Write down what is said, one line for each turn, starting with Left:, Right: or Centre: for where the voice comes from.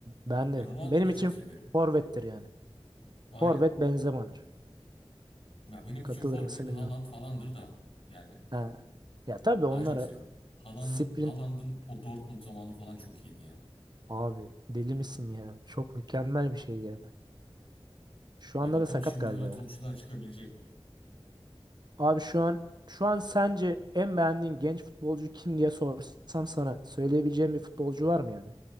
Right: Ben
Left: Ya
Right: de.
Left: Ronaldo'yu
Right: Benim
Left: da
Right: için
Left: çok severim.
Right: forvettir yani.
Left: Aynen.
Right: Forvet Benzema'dır.
Left: Ya benim
Right: Katılır
Left: için forvet
Right: mısın
Left: Haaland
Right: bilmiyorum.
Left: falandır da yani
Right: Ha. Ya tabii onlara
Left: daha çok seviyorum. Haaland'ın
Right: sprint
Left: Haaland'ın o Dortmund zamanı falan çok iyiydi ya.
Right: abi deli misin ya? Çok mükemmel bir şey ya. Şu
Left: Ya
Right: anda
Left: bakalım
Right: da sakat
Left: şimdi
Right: galiba
Left: öyle
Right: ya.
Left: topçular çıkabilecek mi?
Right: Abi şu an şu an sence en beğendiğin genç futbolcu kim diye sorsam sana söyleyebileceğim bir futbolcu var mı yani?